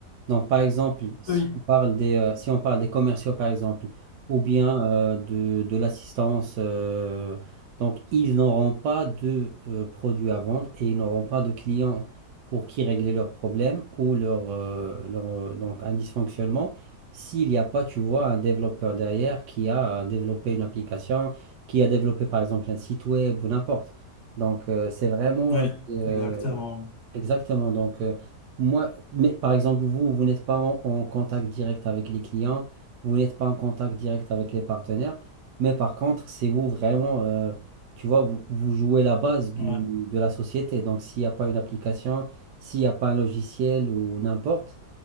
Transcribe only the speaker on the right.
Donc, par exemple, si
on parle des, euh, si on parle des commerciaux, par exemple, ou bien euh, de, de l'assistance, euh, donc ils n'auront pas de euh, produits à vendre et ils n'auront pas de clients pour qui régler leurs problèmes ou leur, euh, leur, euh, donc un dysfonctionnement. S'il n'y a pas, tu vois, un développeur derrière qui a euh, développé une application, qui a développé par exemple un site web ou n'importe. Donc, euh, c'est vraiment
euh,
exactement. Donc, euh, moi, mais par exemple, vous, vous n'êtes pas en, en contact direct avec les clients, vous n'êtes pas en contact direct avec les partenaires, mais par contre, c'est vous vraiment, euh, tu vois, vous, vous jouez la base du,
de la société. Donc, s'il n'y a pas une application, s'il n'y a pas un logiciel ou n'importe